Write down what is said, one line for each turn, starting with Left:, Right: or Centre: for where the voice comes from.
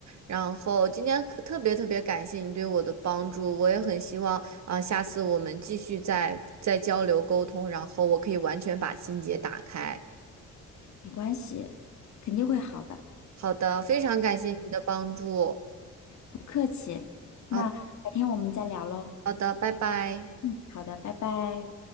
Right: 然后今天可特别特别感谢你对我的帮助，我也很希望啊，下次我们继续再再交流沟通，然后我可以完全把心结打开。
Left: 没关系，肯定会好的，
Right: 好的，非常感谢你的帮助。
Left: 不客气。那改天我们再聊喽。
Right: 好的好的，拜拜。
Left: 嗯，好的，拜拜。